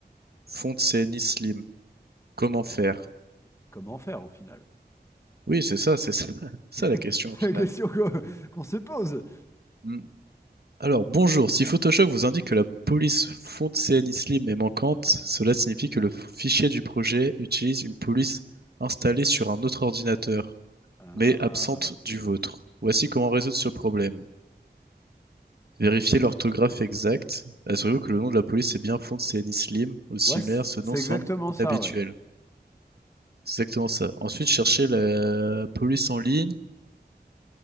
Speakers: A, on the right; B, on the left.
A: Fontaine Slim. Comment faire?
B: Comment faire au final?
A: Oui, c'est ça, c'est ça, <laughs> ça
B: <laughs>
A: la question au final.
B: C'est la question qu'on qu'on se pose.
A: Hmm. Alors, bonjour. Si Photoshop vous indique que la police fond CNI Slim est manquante, cela signifie que le fichier du projet utilise une police installée sur un autre ordinateur,
B: Ah.
A: mais absente du vôtre. Voici comment résoudre ce problème. Vérifiez l'orthographe exacte. Assurez-vous que le nom de la police est bien font CNI Slim ou similaire,
B: Ouais, c'est
A: ce
B: c'est
A: nom semble
B: exactement
A: inhabituel.
B: ça, ouais.
A: C'est exactement ça. Ensuite, cherchez la police en ligne.